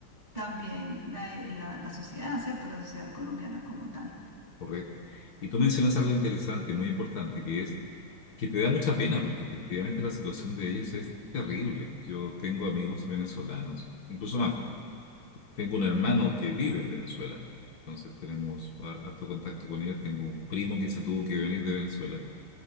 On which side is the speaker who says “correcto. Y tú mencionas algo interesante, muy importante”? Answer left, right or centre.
Left